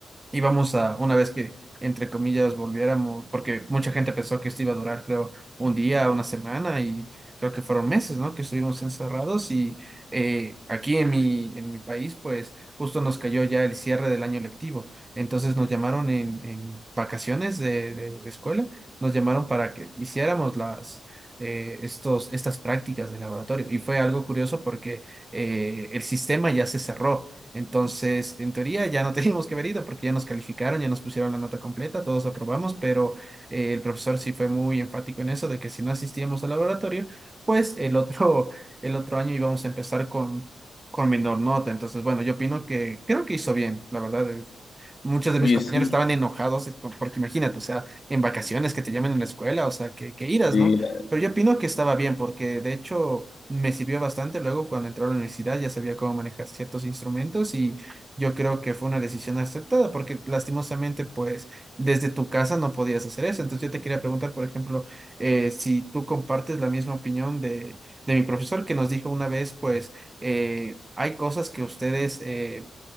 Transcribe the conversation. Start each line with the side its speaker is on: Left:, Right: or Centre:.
Right: íbamos a, una vez que, entre comillas, volviéramos, porque mucha gente pensó que esto iba a durar, creo, un día, una semana, y creo que fueron meses, ¿no? Que estuvimos encerrados y eh, aquí en mi, en mi país, pues justo nos cayó ya el cierre del año lectivo. Entonces nos llamaron en, en vacaciones de, de, de escuela, nos llamaron para que hiciéramos las... eh, estos, estas prácticas de laboratorio. Y fue algo curioso porque eh, el sistema ya se cerró. Entonces, en teoría ya no <laughs> teníamos que ver ido porque ya nos calificaron, ya nos pusieron la nota completa, todos aprobamos, pero eh, el profesor sí fue muy enfático en eso de que si no asistíamos al laboratorio, pues el otro, <laughs> el otro año íbamos a empezar con, con menor nota. Entonces, bueno, yo opino que creo que hizo bien, la verdad. es- Muchos de
Left: Oye,
Right: mis compañeros
Left: sí,
Right: estaban enojados eh, con- porque imagínate, o sea, en vacaciones que te llamen en la escuela, o sea, que, que iras,
Left: Sí,
Right: ¿no?
Left: la-
Right: Pero yo opino que estaba bien porque de hecho me sirvió bastante. Luego cuando entré a la universidad ya sabía cómo manejar ciertos instrumentos y yo creo que fue una decisión acertada porque lastimosamente pues desde tu casa no podías hacer eso. Entonces yo te quería preguntar, por ejemplo, eh, si tú compartes la misma opinión de, de mi profesor que nos dijo una vez pues eh, hay cosas que ustedes... eh,